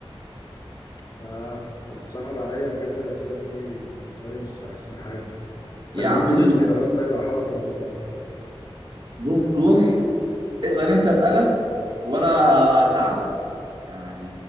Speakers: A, on the left; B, on the right.
A: آه طب بتصعب عليا بجد الأسئلة دي بالنسبة لي مش أحسن حاجة
B: يا
A: طب
B: عم
A: اديني
B: دوس
A: اختيارات طيب هحاول تقربها لي
B: بص بص اسأل أنت أسئلة وأنا هساعدك يعني